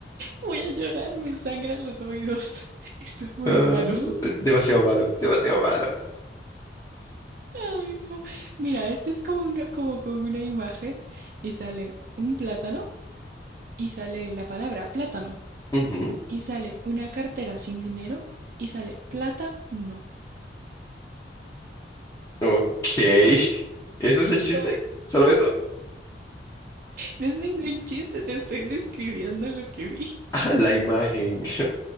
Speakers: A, on the right; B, on the left.
A: Voy a llorar, me sangran los oídos. Esto es muy
B: Ah,
A: malo.
B: demasiado malo, demasiado malo.
A: Ay, no. Mira, este es como una, como con una imagen y sale un plátano y sale la palabra plátano
B: Ujú,
A: y sale una cartera sin dinero y sale plata no.
B: Ok. <laughs> ¿Eso es el chiste?
A: No,
B: ¿Solo eso? <laughs>
A: no es ningún chiste, te estoy describiendo lo que vi.
B: Ah, la imagen.